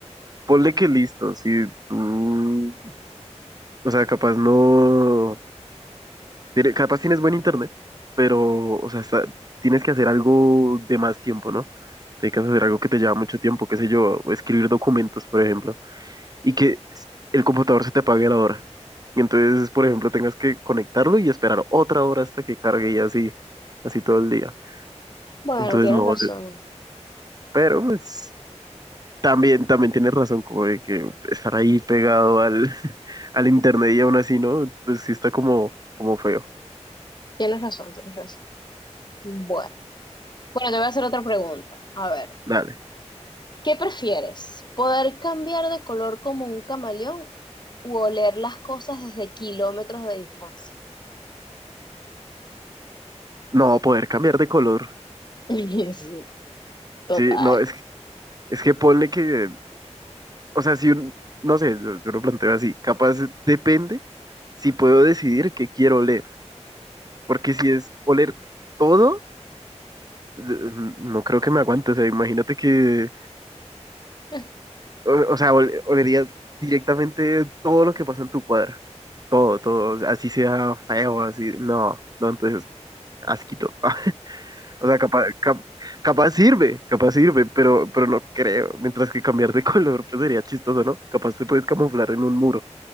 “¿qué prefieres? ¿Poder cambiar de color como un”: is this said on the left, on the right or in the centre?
Left